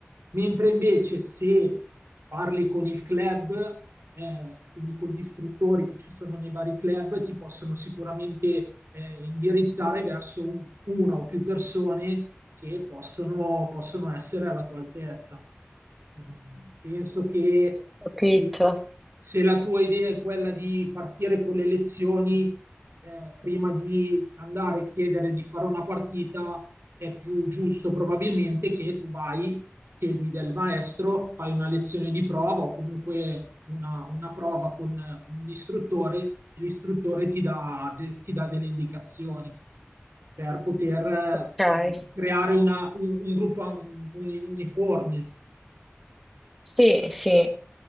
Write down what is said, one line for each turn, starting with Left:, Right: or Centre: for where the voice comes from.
Right: Mentre invece se parli con il club, eh, quindi con gli istruttori che ci sono nei vari club, ti possono sicuramente eh, indirizzare verso un- una o più persone che possono, possono essere alla tua altezza. Ehm, Penso che
Centre: capito.
Right: se, se la tua idea è quella di partire con le lezioni, eh, prima di andare a chiedere di fare una partita, è più giusto probabilmente che tu vai chiedi del maestro, fai una lezione di prova o comunque una, una prova con, con un istruttore e l'istruttore ti dà, de- ti dà delle indicazioni per poter
Centre: Ok.
Right: eh, creare una- un, un gruppo un- uni- uniforme.
Centre: Sì, sì.